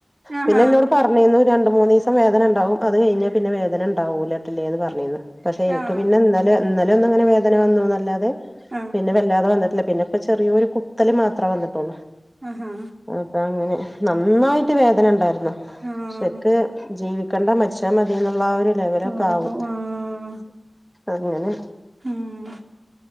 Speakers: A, on the right; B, in the centre.
A: ആഹാ
B: പിന്നെ എന്നോട് പറഞ്ഞിന്നു രണ്ടുമൂന്നീസം വേദന ഒണ്ടാവും അത് കഴിഞ്ഞാ പിന്ന വേദന ഉണ്ടാവൂലട്ടില്ലേന്ന് പറഞ്ഞിന്നു പക്ഷെ എനിക്ക്
A: ആഹ്
B: പിന്നിന്നലെ ഇന്നലെയൊന്നുങ്ങനെ വേദന വന്നു ന്ന് അല്ലാതെ
A: ആഹ്
B: പിന്നെ വല്ലാതെ വന്നിട്ടില് പിന്നെപ്പ ചെറിയോരു കുത്തല് മാത്രേ വന്നിട്ടൊള്ളൂ.
A: ആഹാ
B: അപ്പ അങ്ങനെ. നന്നായിട്ട് വേദന എണ്ടാരുന്നു.
A: ആഹ്
B: ശക്ക് ജീവി ക്കണ്ട മരിച്ചാ മതിയെന്നുള്ള ആ ഒരു രു ലെവലൊക്കാകും.
A: തോന്നിപ്പോ ആഹ്
B: അങ്ങനെ.
A: ഉം